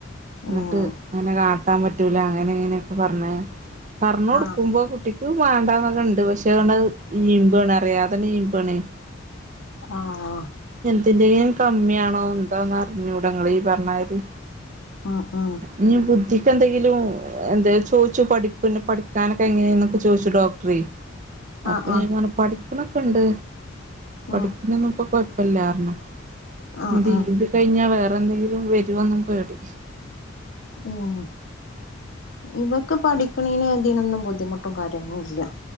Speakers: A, on the right; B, on the left.
A: എന്നിട്ട്
B: ഏഹ്
A: അങ്ങനെ കാട്ടാൻ പറ്റൂല അങ്ങനെ ഇങ്ങനെയൊക്കെ പറഞ്ഞേ പറഞ്ഞ് കൊടുക്കുമ്പോ
B: ആഹ്
A: കുട്ടിക്ക് വേണ്ടന്നൊക്കെ ഉണ്ട് പക്ഷെ എനിക്ക് തോന്നുന്ന ഈമ്പണ് അറിയാതന്നെ ഈമ്പണേ
B: ആഹ്
A: എന്തിന്റെങ്കിലും കമ്മിയാണോ എന്താറിഞ്ഞൂട ഇങ്ങളീ പറഞ്ഞ മാരി
B: ആഹ് ആഹ്
A: ഇഞ്ഞി ബുദ്ധിക്ക് എന്തെങ്കിലും എന്നോട് ചോദിച്ചു എന്തെങ്കിലും പഠിപ്പിനെ പഠിക്കാനൊക്കെ എങ്ങനെയന്നൊക്കെ ചോയ്ച്ചു ഡോക്ടറെയ്
B: ആഹ്
A: അപ്പൊ
B: ആഹ്
A: ഞൻ പറഞ്ഞു പഠിക്ക്ണൊക്കെ ഇണ്ട് പഠിപ്പിനൊന്നും
B: ആഹ് ആഹ് ആഹ് ഉം
A: ഇപ്പൊ കൊഴപ്പല്ലാന്ന് പറഞ്ഞു
B: ആ ആ ആ ആ ആ
A: ഇതീമ്പി
B: ആ ആ
A: കഴിഞ്ഞാ വേറെ എന്തെങ്കിലും വരോന്നും പേടി
B: ഉം ഇവക്ക് പഠി പഠിക്ക്ണീനൊ അതിനൊന്നും ബുദ്ധിമുട്ടും കാര്യങ്ങളും ഇല്ല